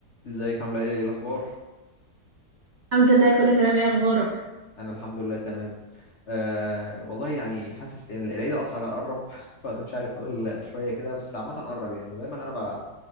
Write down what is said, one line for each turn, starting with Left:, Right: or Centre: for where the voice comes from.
Left: ازيك عامله ايه إيه الاخبار
Right: الحمد لله كله تمام ايه اخبارك
Left: انا الحمد لله تمام أه والله يعني حاسس ان العيد الاضحى قرب <laughs> فمش عارف فاضل شويه كده بس عامه قرب يعني ودايما انا ب...